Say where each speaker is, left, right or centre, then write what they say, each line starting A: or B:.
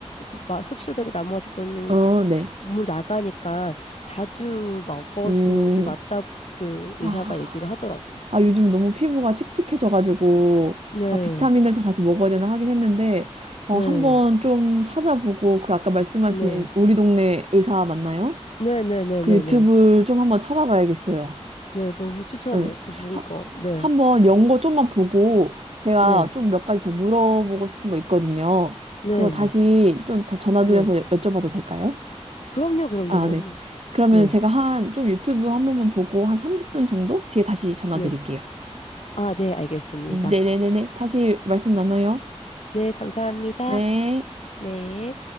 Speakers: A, on the left; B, on the right.
A: 그 마- 흡수되고 나머지 거는
B: 어, 네.
A: 몸으로 나가니까 자주 먹어주는
B: 음.
A: 게 맞다고 그
B: 아,
A: 의사가 얘기를 하더라고요.
B: 아, 요즘 너무 피부가 칙칙해져가지고,
A: 네,
B: 아, 비타민을 다 다시 먹어야 되나 하긴 했는데, 어,
A: 네,
B: 한번 좀 찾아보고, 그 아까 말씀하신
A: 네,
B: 우리 동네 의사 맞나요?
A: 네, 네, 네,
B: 그
A: 네,
B: 유튜브를
A: 네.
B: 좀 한번 찾아봐야겠어요.
A: 네, 너무 추천해요.
B: 응.
A: 그분
B: 하-
A: 거. 네,
B: 한번 연고 좀만 보고, 제가
A: 네,
B: 좀 몇 가지 더 물어보고 싶은 거 있거든요.
A: 네,
B: 그거 다시
A: 네,
B: 좀 다- 전화드려서
A: 네.
B: 여- 여쭤봐도 될까요?
A: 그럼요, 그럼요,
B: 아,
A: 그럼요.
B: 네. 그러면
A: 네,
B: 제가 한, 좀 유튜브 한 번만 보고, 한 30분 정도 뒤에 다시 전화드릴게요.
A: 네. 아, 네, 알겠습니다.
B: 음, 네네네네. 다시 말씀 나눠요.
A: 네, 감사합니다.
B: 네.
A: 네.